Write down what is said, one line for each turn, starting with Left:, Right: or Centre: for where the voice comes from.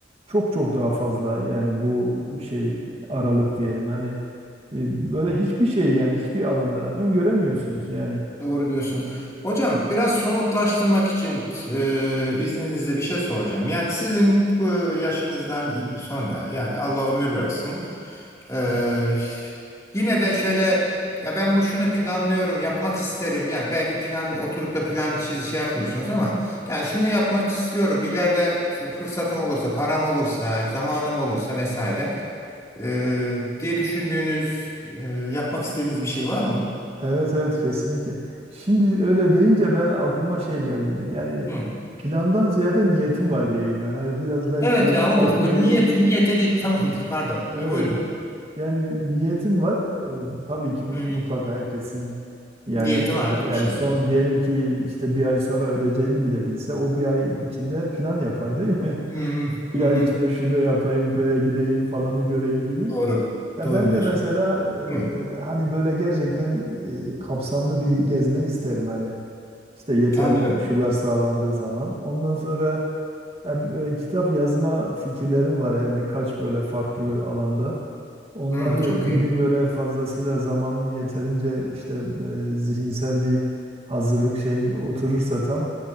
Right: çok çok daha fazla yani bu şey aralık diyelim. Hani e, böyle hiçbir şey yani hiçbir alanda öngöremiyorsunuz. Yani
Left: doğru diyorsunuz. Hocam biraz somutlaştırmak için e, izninizle bir şey soracağım. Yani sizin bu yaşınızdan sonra yani Allah ömür versin. Ee,
Right: Evet.
Left: yine de şöyle ya ben bu şunu planlıyorum yapmak isterim yani belki plan oturup da plan çiz şey yapmıyorsunuz ama yani şunu yapmak istiyorum ileride fırsatım olursa param olursa zamanım olursa vesaire ee, diye düşündüğünüz e, yapmak istediğiniz bir şey var mı?
Right: Evet evet kesinlikle. Şimdi öyle deyince ben aklıma şey geldi. Yani
Left: Hı.
Right: plandan ziyade niyetim var diyeyim ben. Hani biraz belki
Left: Evet ya olur
Right: farklı
Left: Tabii
Right: bir
Left: niyet niyete geç <laughs> tamamdır pardon Ee,
Right: evet.
Left: buyurun
Right: Yani niyetim var. Ee, tabii ki mut-
Left: Hı hı.
Right: mutlaka herkesin yani
Left: Niyeti vardı
Right: yani
Left: bir şeylere.
Right: son diyelim ki işte bir ay sonra öleceğini bile bilse o bir ay içinde plan yapar değil mi?
Left: Hı
Right: <laughs>
Left: hı.
Right: Bir
Left: Hı
Right: ay
Left: hı.
Right: içinde şunu yapayım, buraya gideyim falanı göreyim gibi.
Left: Doğru.
Right: Ya
Left: Doğru
Right: ben
Left: diyorsunuz.
Right: de mesela
Left: Hı.
Right: e, hani böyle gerçekten e, kapsamlı bir gezme isterim hani işte yeterli
Left: Anlıyorum.
Right: koşullar sağlandığı zaman. Ondan sonra ya, e, kitap yazma fikirlerim var yani birkaç böyle farklı alanda. Onları
Left: Hı, çok
Right: bir
Left: iyi.
Right: gün böyle fazlasıyla zamanım yeterince işte e, zihinsel bir hazırlık şeyim oturursa tam